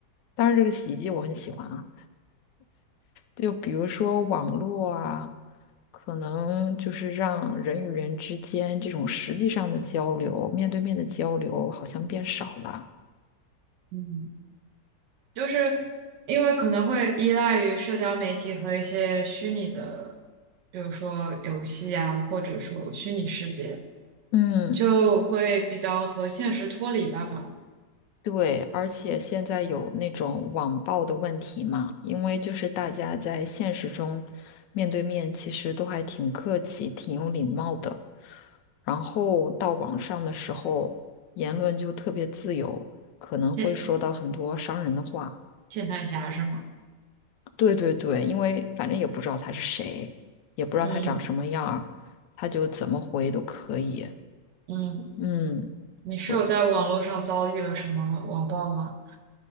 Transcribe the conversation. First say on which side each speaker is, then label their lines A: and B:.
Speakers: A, on the left; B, on the right.
A: 当然这个洗衣机我很喜欢啊。就比如说网络啊，可能就是让人与人之间这种实际上的交流，面对面的交流好像变少了。
B: 嗯，就是因为可能会依赖于社交媒体和一些虚拟的，比如说游戏啊，或者说虚拟世界，
A: 嗯，
B: 就会比较和现实脱离吧，反正
A: 对，而且现在有那种网暴的问题嘛，因为就是大家在现实中面对面其实都还挺客气、挺有礼貌的，然后到网上的时候，言论就特别自由，可能会说到很多伤人的话。
B: 键键盘侠是吗？
A: 对对对，因为反正也不知道他是谁，也不知道他长什么样儿，
B: 嗯
A: 他就怎么回都可以。
B: 嗯，
A: 嗯，
B: 你是有在网络上遭遇了什么网暴吗？
A: 我